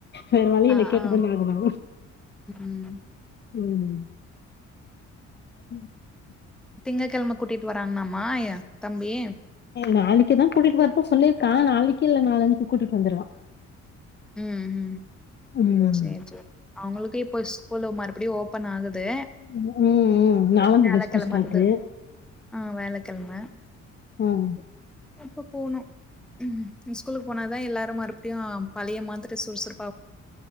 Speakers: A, on the left (about 35°); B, in the centre.
A: வேற வழி
B: ஆ
A: இல்ல கேட்டுதான
B: ஆ
A: ஆகணு
B: ம்
A: ம் <unintelligible>
B: திங்க கெழம கூட்டிட்டு வராங்கலாமா தம்பி
A: நாளைக்கு தான் கூட்டிட்டு வரேன்னு சொல்லியிருக்கான் நாளைக்கு இல்ல நாளான்னைக்கு கூட்டிட்டு வந்துருவா
B: உம் ஹூ
A: ம்
B: சேரி சேரி அவுங்களுக்கு இப்ப ஸ்கூல் மறுபடியு ஓ பன் ஆகுது
A: ம் ம் நாலாந்தேதி
B: வியாழக்
A: ஸ்கூல்
B: கிழமையிலிருந்து
A: ஸ்டார்ட்டு
B: ஆ வியாழக்கெழம
A: ம்
B: இப்ப போனு ம் ஸ்கூலுக்கு போனாதா எல்லாரும் மறுபடியு பழய மாதிரி சுறுசுறுப்